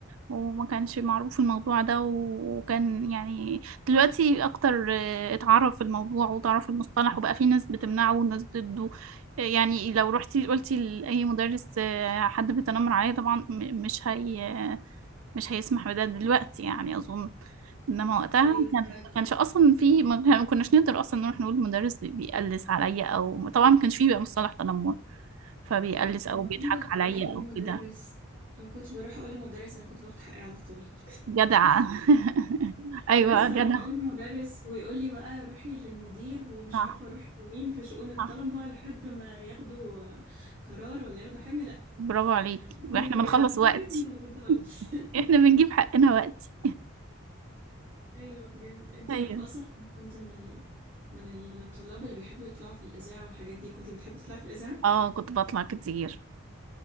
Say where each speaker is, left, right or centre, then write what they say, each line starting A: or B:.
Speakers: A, on the right; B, on the right.
A: وما كانش معروف الموضوع ده وكان يعني دلوقتي اكتر آه، اتعرف الموضوع وتعرف المصطلح وبقى في ناس بتمنعه وناس ضده آه، يعني لو رحتي قلتي لأي مدرس آه، حد بيتنمر عليه طبعا م- مش هي مش هيسمح بده دلوقتي يعني أظن إنما وقتها
B: ايوه
A: كان
B: فعلا
A: ما كانش أصلا في ما كان- ما كناش نقدر أصلا نروح نقول المدرس بيقلس عليا أو طبعا ما كانش فيه بقى مصطلح تنمر فبيقلس أو
B: انا ما
A: بيضحك
B: كنتش بروح
A: عليا
B: اقول لمدرس
A: أو كده
B: ما كنتش بروح اقول لمدرس انا كنت باخد حقي على طول <laughs>
A: جدع <laughs> أيوة
B: انا لسه
A: جدع
B: هروح اقول لمدرس ويقول لي بقى روحي للمدير ومش
A: صح
B: عارفه اروحي لمين في شؤون الطلبه
A: صح
B: لحد ما ياخدوا قرار ولا ياخدوا حاجه لا
A: برافو عليك
B: من
A: احنا
B: اللي بيعمل
A: بنخلص
B: لي
A: وقتي
B: حاجه كنت بردها لك
A: احنا
B: <laughs>
A: بنجيب حقنا وقتي
B: ايوه بجد انت
A: ايوه
B: عارفه اصلا انا كنت من ال... من الطلاب اللي بيحبوا يطلعوا في الاذاعه والحاجات دي كنت بتحبي تطلعي في الاذاعه
A: اه كنت بطلع كتير